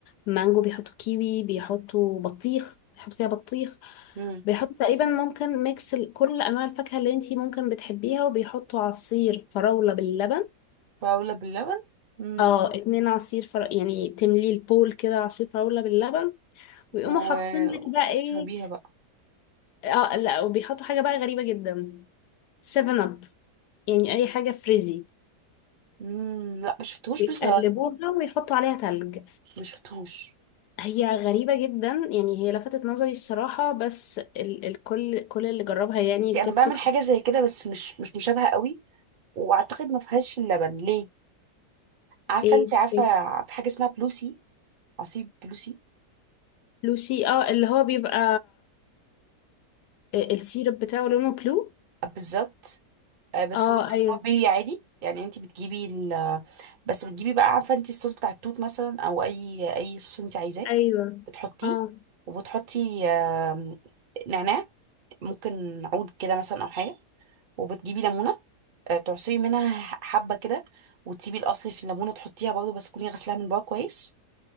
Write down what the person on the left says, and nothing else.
مانجو بيحطوا كيوي بيحطوا بطيخ بيحطوا فيها بطيخ
بيحطوا تقريبا ممكن ميكس ال- كل أنواع الفاكهة اللي انتي ممكن بتحبيها وبيحطوا عصير فراولة باللبن
اه اتنين عصير فر... يعني تملي البول كده عصير فراولة باللبن ويقوموا
حاطين لك بقى ايه
اه لا وبيحطوا حاجة بقى غريبة جدا سيفن اب يعني اي حاجة فريزي
يقلبوها
ويحطوا عليها تلج
هي غريبة جدا يعني هي لفتت نظري الصراحة بس ال... الكل كل اللي جربها يعني التيك
توك
ايه
إيه؟
لوسي اه اللي هو بيبقى السيرب بتاعه لونه بلو
اه
ايوه
ايوه
اه